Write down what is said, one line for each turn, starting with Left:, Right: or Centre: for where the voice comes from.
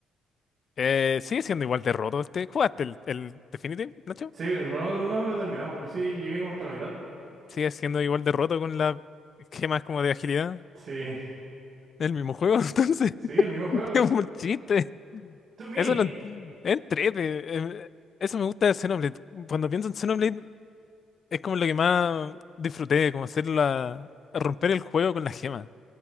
Left: Eh, sigue siendo igual de roto este. ¿Jugaste el, el Definitive, Nacho?
Right: Sí, no, no no me lo he terminado, pero sí llegué como hasta la mitad.
Left: Sigue siendo igual de roto con las gemas como de agilidad.
Right: Sí,
Left: El mismo juego, <laughs> entonces.
Right: sí,
Left: <laughs>
Right: el mismo juego.
Left: Es un chiste.
Right: To me.
Left: Eso lo en- es entrete. eh, Eso me gusta de Xenoblade. Cuando pienso en Xenoblade, es como lo que más disfruté, como hacer la, romper el juego con las gemas.